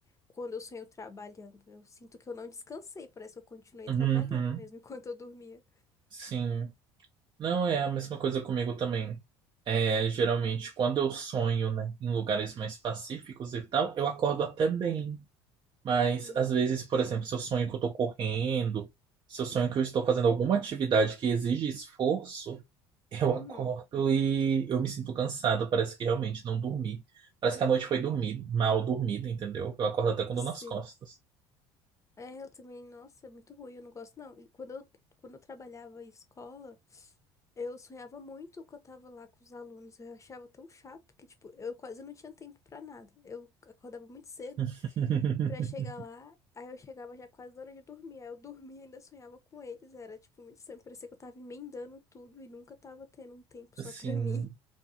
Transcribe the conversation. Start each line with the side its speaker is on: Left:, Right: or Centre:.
Left: quando eu sonho trabalhando. Eu sinto que eu não descansei, parece que eu continuei
Right: Uhum,
Left: trabalhando mesmo <laughs> enquanto eu dormia.
Right: sim. Não é a mesma coisa comigo também. É, geralmente, quando eu sonho, né, em lugares mais pacíficos e tal, eu acordo até bem. Mas,
Left: Uhum,
Right: às vezes, por exemplo, se eu sonho que eu tô correndo, se eu sonho que eu estou fazendo alguma atividade que exige esforço, <laughs> eu
Left: uhum.
Right: acordo e eu me sinto cansado. Parece que realmente não dormi. Parece que a noite foi dormir, mal dormida, entendeu? Eu acordo até com dor
Left: Sim.
Right: nas costas.
Left: É, eu também, nossa, é muito ruim, eu não gosto não. E quando eu, quando eu trabalhava em escola, eu sonhava muito que eu tava lá com os alunos. Eu achava tão chato que, tipo, eu quase não tinha tempo pra nada. Eu acordava muito cedo
Right: <laughs>
Left: pra chegar lá, aí eu chegava já quase na hora de dormir. Aí eu dormia e ainda sonhava com eles. Era, tipo, muito estranho. Parecia que eu tava emendando tudo e nunca tava tendo um tempo
Right: Assim,
Left: só pra <laughs> mim.